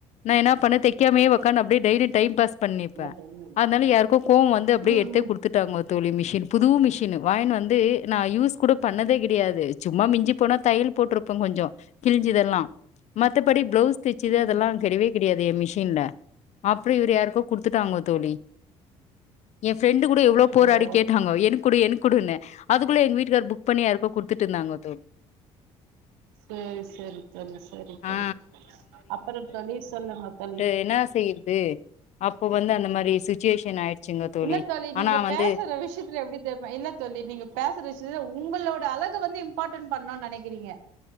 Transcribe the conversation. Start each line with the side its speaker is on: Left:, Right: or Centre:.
Left: நா என்ன பண்ண தெ க்காமயே ஒக்கான்னு அப்டியே டெய்லி டைம் பாஸ் பண்ணிப்பே
Right: ம்
Left: அதனால யாருக்கோ கோவோ வந்து அப்டியே
Right: ம்
Left: எடுத்தே குடுத்துட்டாங்கோ தோழி மிஷின் புது மிஷினு வாங்கினு வந்து நா யூஸ் கூட பண்ணதே கெடையாது சும்மா மிஞ்சி போனா தைய்யல் போட்டிருப்போ கொஞ்சோ கிழிஞ்சதெல்லா மத்தபடி பிளவுஸ் தெச்சது
Right: ம்
Left: அதெல்லா கெடையவே கெடையாது என் மிஷின்ல அப்பறோ இவர் யாருக்கோ குடுத்துட்டாங்கோ தோழி என் ஃப்ரெண்டு் கூட எவ்ளோ போராடி
Right: ஐயோ
Left: கேட்டாங்கோ எனக் குடு எனக் குடுன்னு அது குள்ள எங்க வீட்டு்காரு புக் பண்ணி யாருக்கோ குடுத்து ட்டுந்தாங்க தோழி
Right: சேரி சேரி தோழி சேரி தோழி
Left: ஆ
Right: அப்றோ தோழி சொல்லுங்க தோழி
Left: என்னா செய்யறது அப்போ வந்து அந்த மாரி சுச்சுவேஷன் ஆயிடுச்சுங்க
Right: இல்லத் தோழி
Left: ஆனா
Right: நீங்க
Left: வந்து
Right: பேசற விஷ்யத்துல எப்டி தெரிமா என்ன தோழி நீங்க பேசற விசயத்துல உங்களோட அழக வந்து இம்பார்ட்டன் பண்ணுனு நெனைக்கறீங்க